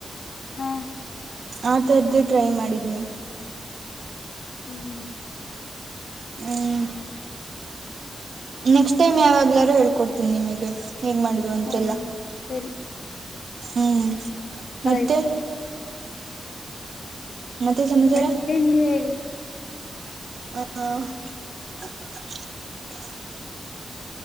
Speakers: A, on the left; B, on the right.
A: ಹಾ.
B: ಆಥರದ್ದು ಟ್ರೈ ಮಾಡಿದ್ ನೀವು,
A: ಹ್ಮ್.
B: ಹ್ಮ್ ನೆಕ್ಸ್ಟ್ ಟೈಮ್ ಯಾವಾಗ್ಲಾರು ಹೇಳ್ಕೊಡ್ತೀನಿ ನಿಮಗೆ. ಹೇಗ್ ಮಾಡಿದ್ರು ಅಂತೆಲ್ಲ
A: ಹಾ ಸರಿ
B: ಹ್ಮ್.
A: ಬಾಯ್
B: ಮತ್ತೆ. ಮತ್ತೆ ಸಮಾಚಾರ
A: ಮತ್ತೆ ನೀವ ಹೇಳಿ.
B: ಹ.